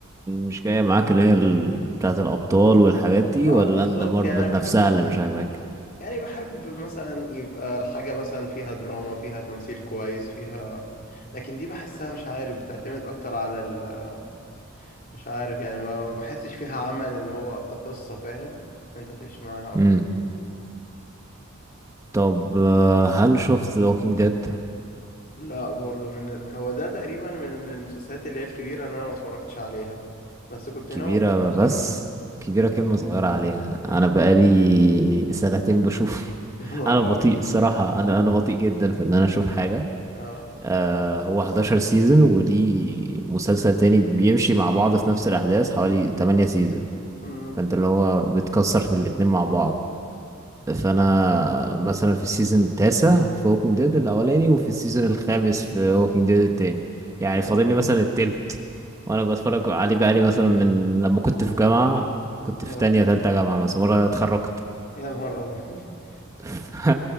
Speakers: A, on the right (about 15°); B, on the left (about 45°).
A: مش جاية معاك اللي هي ال- بتاعة الأبطال والحاجات دي
B: اه
A: ولا
B: بالظبط
A: أنت مارفل
B: يعني أنا بحب
A: نفسها
B: مثلا
A: اللي مش عاجباك؟
B: يعني بحب مثلا يبقى الحاجة مثلا فيها دراما فيها تمثيل كويس فيها لكن دي بحسها مش عارف بتعتمد أكتر على ال... مش عارف يعني ما ما بحسش فيها عمل اللي هو كقصة فاهم أنت تعيش معاها أكتر
A: امم طب آه، هل شفت ووكينج ديد
B: لا برضو من ال... هو ده تقريبا من المسلسلات اللي هي الكبيرة اللي انا ما اتفرجتش عليها بس كنت
A: كبيرة
B: ناوي ابدأ بصراحة
A: بس كبيرة كلمة صغيرة عليها أنا
B: بالظبط
A: بقالي سنتين بشوف <laughs>
B: <laughs> يا نهار
A: أنا بطيء
B: ابيض
A: الصراحة أنا أنا بطيء جدا في إن أنا أشوف حاجة
B: اه
A: آه هو 11 سيزون ودي مسلسل تاني بيمشي مع بعض في نفس الأحداث حوالي 8 سيزون
B: امم
A: فأنت اللي هو بتكسر في الاتنين مع بعض فانا مثلا في السيزون التاسع في ووكينج ديد الاولاني وفي السيزون الخامس في ووكينج ديد التاني يعني
B: يا نهار
A: فاضل لي مثلا التلت وانا بتفرج عليه بقالي مثلا من لما كنت في جامعة كنت
B: يا
A: في تانية تالتة جامعة مثلا مرة أنا اتخرجت
B: يا نهار ابيض <laughs>
A: <laughs> ف-